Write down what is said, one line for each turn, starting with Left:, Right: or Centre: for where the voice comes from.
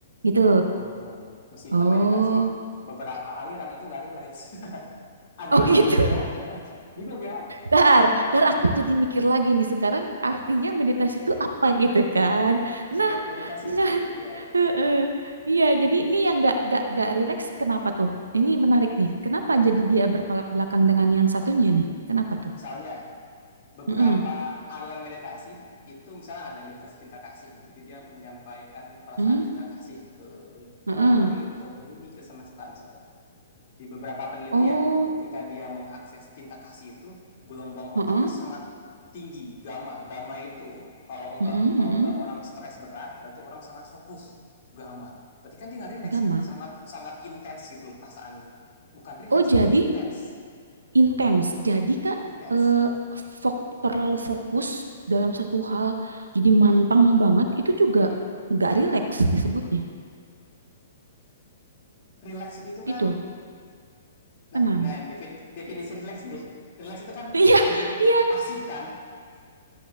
Right: Gitu.
Left: Betul. Meskipun
Right: Oh.
Left: meditasi beberapa aliran itu nggak rileks. <laughs> Ada
Right: Oh gitu.
Left: rancu
Right: <laughs>
Left: ya. <laughs> Bingung ya.
Right: Dar, dar aku jadi mikir lagi nih sekarang artinya meditasi itu apa gitu kan. Nah,
Left: Me- meditasi itu,
Right: nah,
Left: iya
Right: <laughs>
Left: betul.
Right: heeh. Iya, jadi ini yang gak, gak, gak rileks kenapa tuh? Ini menarik nih. Kenapa jadi dia bertolak belakang dengan yang satunya nih? Kenapa tuh?
Left: Misalnya, beberapa
Right: Mm-mm.
Left: aliran meditasi itu misalnya ada meditasi cinta kasih. Jadi dia menyampaikan perasaan
Right: Hmm?
Left: cinta kasih ke
Right: Heeh.
Left: orang lain, ke bumi, ke semesta misalnya di beberapa penelitian,
Right: Oh,
Left: ketika dia mengakses cinta kasih itu, gelombang otaknya
Right: heeh.
Left: sangat tinggi, gamma. Gamma itu kalau enggak
Right: Heeh,
Left: kalau
Right: heeh.
Left: enggak orang stres berat, berarti orang sangat fokus gamma. Berarti kan dia nggak rileks
Right: Gama.
Left: kan? Sangat sangat intens gitu loh perasaannya. Bukan rileks
Right: Oh, jadi
Left: tapi intens,
Right: intens. Jadi Kak
Left: intens.
Right: eh fok terlalu fokus dalam satu hal, jadi manteng banget itu juga
Left: Mm
Right: nggak rileks disebutnya.
Left: Rileks itu
Right: Gitu.
Left: kan, nah,
Right: Tenang.
Left: nah definisi rileks nih. Rileks itu kan
Right: <laughs> Iya,
Left: cenderung
Right: iya,
Left: pasif kan?